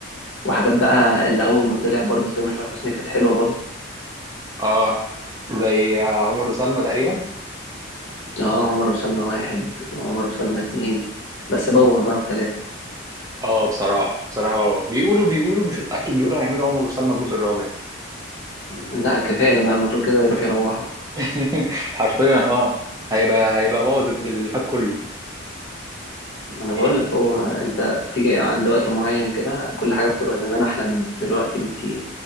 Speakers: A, on the left (about 65°); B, on the right (about 15°).
A: وحاجات بقى اللي أول ما طلع برضه تامر حسني كانت حلوة برضه
B: اه زي عمر وسلمى تقريبا
A: أه عمر وسلمى واحد وعمر وسلمى اتنين بس بوغ بقى في تلاتة
B: اه بصراحه بصراحه آه. بيقولوا بيقولوا مش متاكد بيقولوا هيعملوا عمر وسلمى الجزء الرابع
A: لا كفاية بقى المفروض كده يروح يروحوا
B: <laughs> حرفيا اه هيبقى هيبقى بوظ اللي فات كله
A: ما أنا بقول
B: حته
A: لك
B: الفيلم
A: هو أنت
B: ده
A: تيجي عند وقت معين كده كل حاجة بتبقى زمان أحلى من دلوقتي بكتير